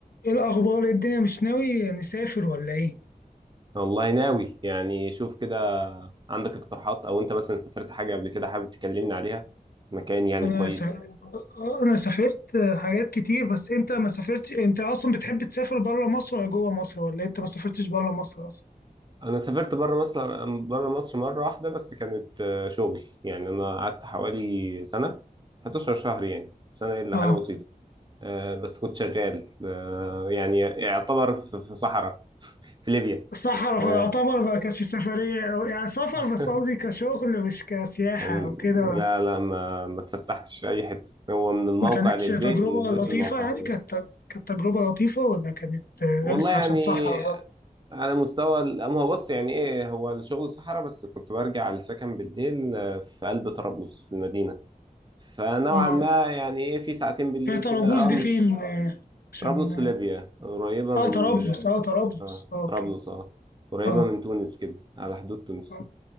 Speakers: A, on the left (about 80°); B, on the right (about 30°).
A: ايه الاخبار إيه الدنيا مش ناوي نسافر ولا ايه
B: والله ناوي يعني شوف كده عندك اقتراحات او انت مثلا سافرت حاجه قبل كده حابب تكلمني عليها مكان يعني
A: انا
B: كويس
A: س... انا سافرت حاجات كتير بس انت ما سافرتش انت اصلا بتحب تسافر بره مصر ولا جوه مصر ولا انت ما سافرتش بره مصر اصلا
B: انا سافرت بره مصر بره مصر مره واحده بس كانت آه، شغل يعني انا قعدت حوالي سنه 11 شهر يعني سنه الا
A: اه
B: حاجه بسيطه آه، بس كنت شغال آه، يعني يعتبر في في صحراء <laughs> في ليبيا
A: صحراء
B: آه.
A: يعتبر ما كانتش سفريه أو يعني سفر
B: <laughs>
A: بس قصدي كشغل مش كسياحه
B: كان
A: او كده
B: لا لا ما ما اتفسحتش في اي حته هو من الموقع
A: ما كانتش
B: للبيت
A: تجربه
B: ومن البيت
A: لطيفه
B: للموقع
A: يعني
B: خلاص
A: كانت كانت تجربه لطيفه ولا كانت غلسه
B: والله يعني
A: عشان صحراء بقى؟
B: على مستوى ال- ما هو بص يعني ايه هو الشغل صحراء بس كنت برجع السكن بالليل آه، في قلب طرابلس في المدينة فنوعا
A: اه
B: ما يعني ايه في ساعتين بالليل
A: هي طرابوس
B: كده اه
A: دي
B: مش
A: فين آه، عشان
B: طرابلس في ليبيا قريبة
A: اه
B: من
A: طرابلس اه طرابلس
B: اه
A: اه اوكي
B: طرابلس اه قريبة
A: اه
B: من تونس كده على حدود تونس
A: اه